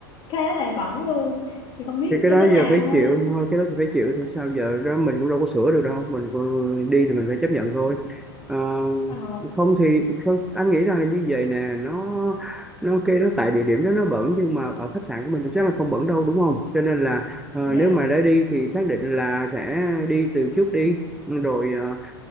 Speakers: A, on the left (about 40°); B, in the centre.
A: khá là bẩn luôn thì không biết
B: thì cái
A: như
B: đó
A: thế nào
B: giờ phải
A: hơn
B: chịu thôi cái đó thì phải chịu thôi sao giờ đó mình cũng đâu có sửa được đâu mình cũng- đi thì mình phải chấp nhận thôi Ờ,
A: ồ
B: không thì không, anh nghĩ rằng là như vậy nè nó nó kêu nó tại địa điểm đó nó bẩn nhưng mà ở khách sạn của mình thì chắc là không bẩn đâu đúng không cho nên là ờ,
A: dạ
B: nếu mà đã đi thì xác định là sẽ đi từ trước đi rồi ờ,